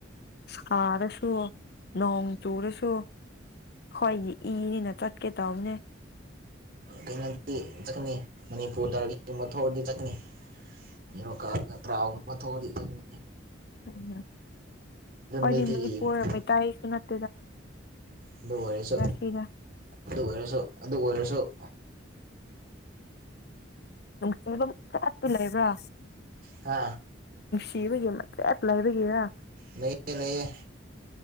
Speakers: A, on the left; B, on the right.
A: ꯁꯥꯥꯔꯁꯨ ꯅꯣꯡ ꯆꯨꯔꯁꯨ ꯑꯈꯣꯏꯒꯤ ꯏꯅꯤꯅ ꯆꯠꯀꯦ ꯇꯧꯕꯅꯦ
B: ꯀꯩꯅꯣꯗꯤ ꯆꯠꯀꯅꯤ ꯃꯅꯤꯄꯨꯔꯗ <unintelligible> ꯊꯣꯛꯑꯗꯤ ꯆꯠꯅꯤ ꯅꯦꯔꯣꯀꯥꯒ ꯇ꯭ꯔꯥꯎꯒꯨꯝꯕ ꯊꯣꯛꯑꯗꯤ ꯆꯠꯀꯅꯤ
A: <unintelligible> ꯈꯣꯏꯗꯤ
B: ꯃꯤꯗꯤ
A: ꯃꯅꯤꯄꯨꯔ
B: ꯌꯦꯡꯕ
A: ꯃꯩꯇꯩꯁꯨ ꯅꯠ
B: ꯑꯗꯨ ꯑꯣꯏꯔꯁꯨ
A: ꯁꯤꯅ
B: ꯑꯗꯨ ꯑꯣꯏꯔꯁꯨ ꯑꯗꯨ ꯑꯣꯏꯔꯁꯨ <inaudible>
A: ꯅꯨꯡꯁꯤꯕ <unintelligible> ꯂꯩꯕ꯭ꯔꯥ
B: ꯑ
A: ꯁꯤꯕꯒꯤ ꯃꯆꯦꯠ ꯂꯩꯕꯒꯤꯔ
B: ꯅꯩꯌꯦ ꯅꯩꯌꯦ